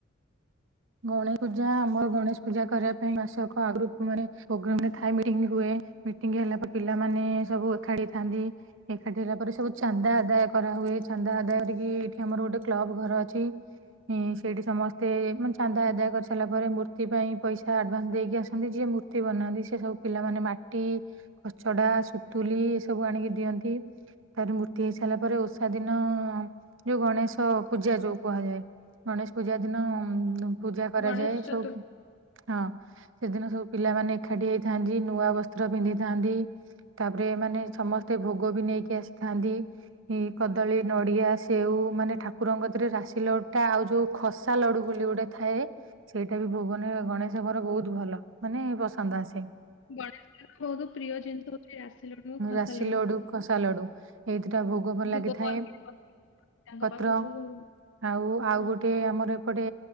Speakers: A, on the right; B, on the left.
A: ଗଣେ ପୂଜା ଆମର ଗଣେଶ ପୂଜା କରିବା ପାଇଁ ମାସକ ଆଗରୁ ମାନେ ପ୍ରୋଗ୍ରାମ ରେ ଥାଏ ମିଟିଂ ହୁଏ ମିଟିଂ ହେଲା ପରେ ପିଲାମାନେ ସବୁ ଏକାଠିଥାନ୍ତି ଏକାଠି ହେଲା ପରେ ସବୁ ଚାନ୍ଦା ଆଦାୟ କରାହୁଏ ଚାନ୍ଦା ଆଦାୟ କରିକି ଏଇଠି ଆମର ଗୋଟେ କ୍ଲବ ଘର ଅଛି। ମୁଁ ସେଇଠି ସମସ୍ତେ ମା ଚାନ୍ଦା ଆଦାୟ କରିସାରିଲା ପରେ ମୂର୍ତ୍ତି ପାଇଁ ପଇସା ଆଡ଼ଭାନ୍ସ ଦେଇକି ଆସନ୍ତି ଯିଏ ମୂର୍ତ୍ତି ବନାନ୍ତି ସେ ସବୁ ପିଲାମାନେ ମା ଟି, କଚଡା, ସୁତୁଲି ଏ ସବୁ ଆଣିକି ଦିଅନ୍ତି। ତାପରେ ମୂର୍ତ୍ତି ହେଇ ସାରିଲା ପରେ ଓଷା ଦିନ ଯୋଉ ଗଣେଶ ପୂଜା ଯୋଉ କୁହାଯାଏ। ଗଣେଶ ପୂଜା ଦିନ ପୂଜା କରାଯାଏ
B: ଗଣେଶ ଚତୁର୍ଥୀ
A: ସବୁ। ହଁ ସେଦିନ ସବୁ ପିଲାମାନେ ଏକାଠି ହେଇଥାନ୍ତି ନୂଆ ବସ୍ତ୍ର ପିନ୍ଧିଥାନ୍ତି। ତାପରେ ମାନେ ସମସ୍ତେ ଭୋଗ ବି ନେଇକି ଆସିଥାନ୍ତି। ଏଇ କଦଳୀ, ନଡିଆ, ସେଉ ମାନେ ଠାକୁରଙ୍କ କତିରେ ରାଶି ଲଡୁ ଟା ଆଉ ଯୋଉ ଖସା ଲଡୁ ବୋଲି ଗୋଟେ ଥାଏ ସେଇଟା ବି ଭୋଗ ନେଇ ଗଣେଶଙ୍କର ବହୁତ ଭଲ ମାନେ ପସନ୍ଦ ଆସେ।
B: ଗଣେଶ ଠାକୁର ବହୁତ ପ୍ରିୟ ଜିନିଷ ହଉଛି ରାଶି ଲଡୁ ଖସା
A: ରାଶି ଲଡୁ, ଖସା ଲଡୁ। ଏଇ ଦିଟା ଭୋଗ ଭଲ
B: ଦୁବ
A: ଲାଗିଥାଏ।
B: ବରକୋଳି ପତ୍ର ତାଙ୍କ
A: ପତ୍ର
B: ପାଖକୁ ହଁ
A: ଆଉ ଆଉ
B: ହଁ,
A: ଗୋଟେ ଆମର ଏପଟେ